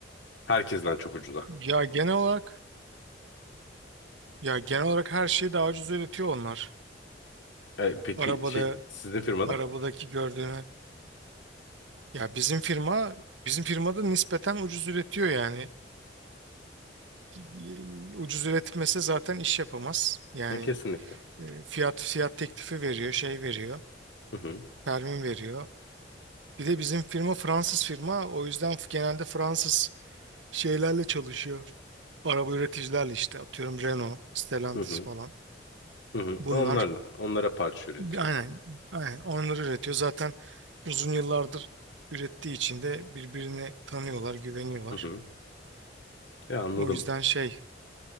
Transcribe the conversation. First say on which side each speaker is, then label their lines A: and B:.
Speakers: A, on the left; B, on the right.
A: Herkesten çok ucuza.
B: Ya genel olarak ya genel olarak her şeyi daha ucuz üretiyor onlar.
A: E, peki
B: Arabada
A: şey sizin firmada?
B: arabadaki gördüğünü Ya bizim firma bizim firmada nispeten ucuz üretiyor yani. E, Ucuz üretmese zaten iş yapamaz. Yani
A: E, kesinlikle.
B: e, fiyat fiyat teklifi veriyor, şey veriyor,
A: Hı hı.
B: termin veriyor. Bir de bizim firma Fransız firma o yüzden f- genelde Fransız şeylerle çalışıyor. Araba üreticilerle işte atıyorum Renault, Stellantis
A: Hı hı.
B: falan.
A: Hı hı.
B: Bunlar
A: Onlarla onlara parça üretiyor.
B: aynen, aynen onları üretiyor. Zaten uzun yıllardır ürettiği için de birbirini tanıyorlar, güveniyorlar.
A: Hı hı. ya anladım.
B: O yüzden şey